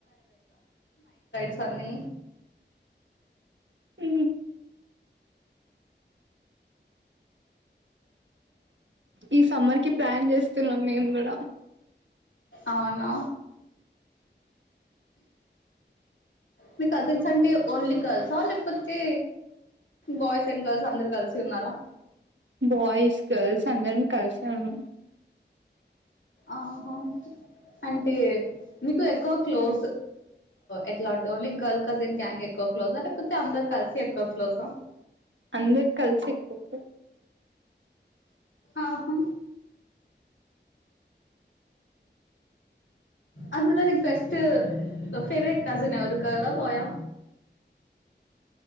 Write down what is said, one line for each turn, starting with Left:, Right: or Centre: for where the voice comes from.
Left: సోన్నీ
Right: ఊ ఈ సమ్మర్ కి ప్లాన్ జేస్తున్నాం మేం గూడా
Left: అవునా మీ కజిన్స్ అంటే ఓన్లీ గర్ల్సా లేకపోతే బాయ్స్ అండ్ గర్ల్స్ అందరు కలిసి ఉన్నారా
Right: బాయ్స్ గర్ల్స్ అందరం కలిసే ఉన్నాం
Left: ఆహ అంటే మీకు ఎక్కువ క్లోజ్ ఎట్లా అంటే ఓన్లీ గర్ల్ కజిన్ గ్యాంగ్ ఎక్కువ క్లోజా లేకపోతే అందరు కలిసి ఎక్కువ క్లోజా
Right: అందరు కలిసిక్ పోతారు
Left: ఆహా అందులో నీక్ ఫస్ట్ ఫేవరెట్ కజిన్ ఎవరు గర్లా బాయా